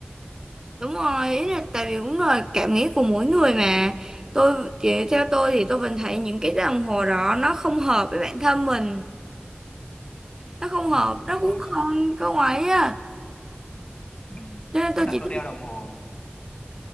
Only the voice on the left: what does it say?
ừ,
đúng
rồi
á
ừ.
với
lại
tôi đeo đồng hồ